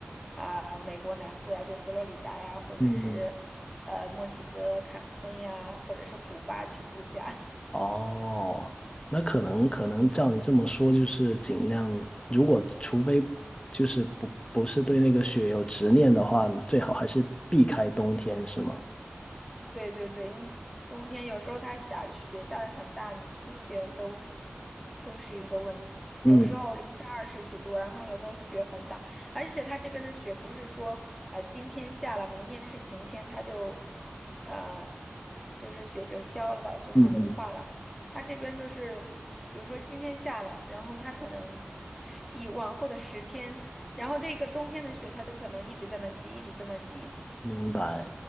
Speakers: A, in the centre; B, on the left.
A: 啊、美国南部呀，就佛罗里达呀，或者是呃墨西哥坎昆呀，
B: 嗯嗯
A: 或者是古巴去度假。
B: 哦，那可能可能照你这么说，就是尽量，如果除非就是不不是对那个雪有执念的话，最好还是避开冬天，是吗？
A: 对对对，因为冬天有时候它下雪下的很大，你出行都都是一个问题。
B: 嗯
A: 有时候零下二十几度，然后有时候雪很大，而且它这边的雪不是说啊今天下了，明天是晴天，它就呃就是雪就消了，就是融化了。
B: 嗯嗯，
A: 它这边就是比如说今天下了，然后它可能是以往后的十天，然后这个冬天的雪它都可能一直在那积，一直在那积，
B: 明白。